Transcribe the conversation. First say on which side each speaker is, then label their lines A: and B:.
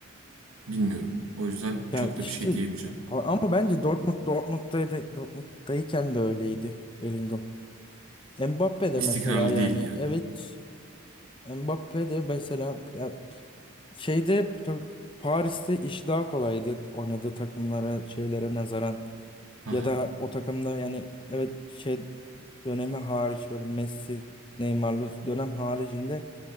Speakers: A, on the right; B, on the left.
A: bilmiyorum. O yüzden
B: Ya
A: çok
B: işte
A: da bir şey diyemeyeceğim.
B: a- ama bence Dortmund Dortmund'daydı, Dortmund'dayken de öyleydi Bellingham. Mbappe de
A: İstikrarlı
B: mesela yani
A: değildi yani.
B: evet Mbappe de mesela ya şeyde tabii Paris'te iş daha kolaydı oynadığı takımlara şeylere nazaran
A: Aha.
B: ya da o takımda yani evet şey dönemi hariç böyle Messi Neymar'lı dönem haricinde